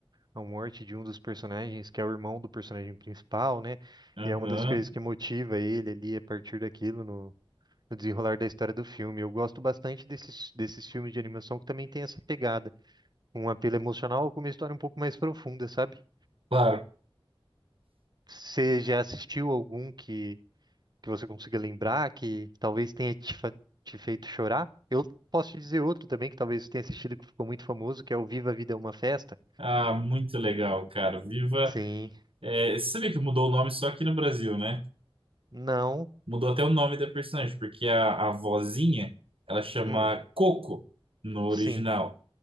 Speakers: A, on the right; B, on the right.
A: a morte de um dos personagens, que é o irmão do personagem principal, né?
B: Aham.
A: E é uma das coisas que motiva ele ali a partir daquilo no, no desenrolar da história do filme. Eu gosto bastante desses, desses filmes de animação que também tem essa pegada, um apelo emocional com uma história um pouco mais profunda, sabe?
B: Claro,
A: Você já assistiu algum que que você consiga lembrar, que talvez tenha te, fa- te feito chorar. Eu posso te dizer outro também que talvez você tenha assistido que ficou muito famoso, que é o Viva a Vida é uma Festa.
B: Ah, muito legal, cara. Viva.
A: Sim.
B: É, você sabia que mudou o nome só aqui no Brasil, né?
A: Não.
B: Mudou até o nome da personagem, porque a, a vozinha ela chama
A: Hum.
B: Coco no original.
A: Sim.